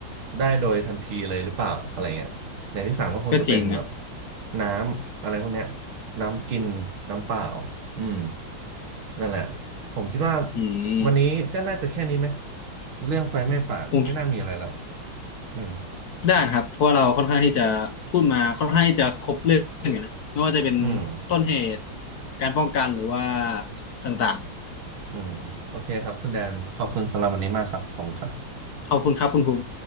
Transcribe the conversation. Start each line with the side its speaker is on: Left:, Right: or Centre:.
Right: ได้โดยทันทีเลยหรือเปล่าอะไรเงี้ยอย่างที่สามก็คงจะเป็นแบบ
Left: ก็จริงนะ
Right: น้ำอะไรพวกเนี้ยน้ำกินน้ำเปล่า อืมนั่นแหละผมคิดว่า
Left: อืม
Right: วันนี้ก็น่าจะแค่นี้ไหมเรื่องไฟไหม้ป่าไม่น่ามีอะไรละ
Left: ผม
Right: อืม
Left: ได้านครับเพราะว่าเราค่อนข้างที่จะพูดมาค่อนข้างที่จะครบเรื่องอยู่นะไม่ว่าจะเป็น
Right: อืม
Left: ต้นเหตุการป้องกันหรือว่าต่าง
Right: อืมโอเคครับคุณแดนขอบคุณสำหรับวันนี้มากครับขอบคุณครับ
Left: ๆขอบคุณครับคุณภูมิ